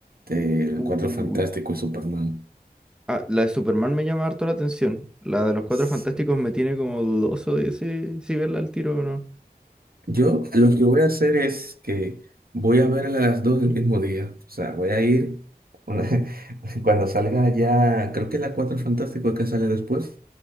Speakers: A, on the right; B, in the centre.
A: de Los
B: Uh,
A: Cuatro Fantásticos y Superman.
B: Ah, la de Superman me llama harto la atención. La de los Cuatro
A: Sí.
B: Fantásticos me tiene como dudoso de si, si verla al tiro o no.
A: Yo lo que voy a hacer es que voy a verla a las dos del mismo día, o sea, voy a ir una- <laughs> cuando salga ya, creo que la Cuatro Fantásticos que sale después,